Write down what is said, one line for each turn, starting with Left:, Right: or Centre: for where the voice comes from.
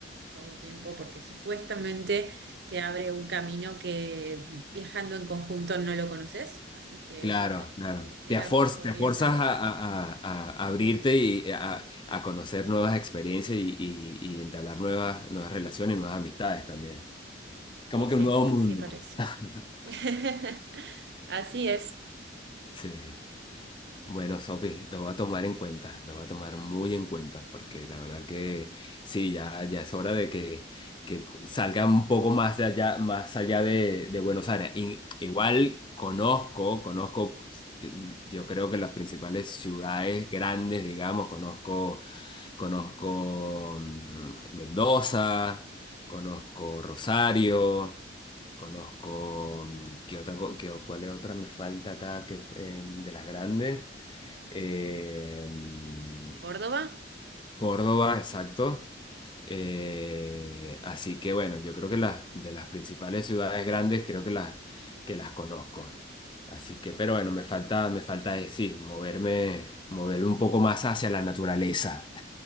Right: todo el tiempo porque supuestamente te abre un camino que viajando en conjunto no lo conoces. Así que
Left: Claro,
Right: sí, capaz
Left: claro.
Right: que algún día
Left: Te, afor-
Right: podría
Left: te forzas
Right: ser.
Left: a, a- a- a abrirte y a, a conocer nuevas experiencias y, y- y entablar nuevas, nuevas relaciones, nuevas amistades también.
Right: Sí,
Left: Como que
Right: sí,
Left: un nuevo
Right: así
Left: mundo.
Right: parece.
Left: <laughs>
Right: <laughs> Así es.
Left: Sí. Bueno, Sofi, lo voy a tomar en cuenta, lo voy a tomar muy en cuenta, porque la verdad que sí, ya, ya es hora de que, que salga un poco más de allá, más allá de, de Buenos Aires. Y- igual conozco, conozco, pues, eh, yo creo que las principales ciudades grandes, digamos, conozco, conozco mm, Mendoza, conozco Rosario. Conozco, mm, ¿qué otra, co- qué, o- cuál es otra me falta acá que es eh, de las grandes? Eh, mm,
Right: ¿Córdoba?
Left: Córdoba, exacto. Eh, así que bueno, yo creo que las de las principales ciudades grandes creo que las que las conozco. Así que, pero bueno, me falta, me falta eh, sí, moverme, moverme un poco más hacia la naturaleza.